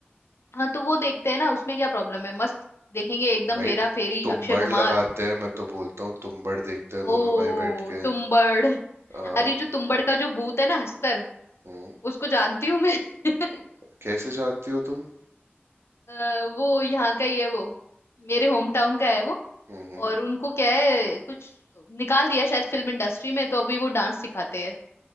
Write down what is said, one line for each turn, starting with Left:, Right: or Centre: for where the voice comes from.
Left: हाँ तो वो देखते हैं ना उसमें क्या प्रॉब्लम है मस्त देखेंगे एकदम
Right: भाई
Left: हेरा फेरी
Right: तुम्बाड़
Left: अक्षय कुमार
Right: लगाते हैं मैं तो बोलता हूँ तुम्बाड़ देखते हैं
Left: ओ
Right: दोनों भाई बैठ के
Left: तुम्बड़
Right: हाँ
Left: अरे जो तुम्बड़ का जो भूत है ना हस्तर
Right: हम्म
Left: उसको जानती हूँ मैं <laughs>
Right: कैसे जानती हो तुम
Left: अ, वो यहाँ का ही है वो मेरे होम टाउन का है वो
Right: हम्म हम्म।
Left: और उनको क्या है कुछ निकाल दिया शायद फिल्म इंडस्ट्री में तो अभी वो डांस सिखाते हैं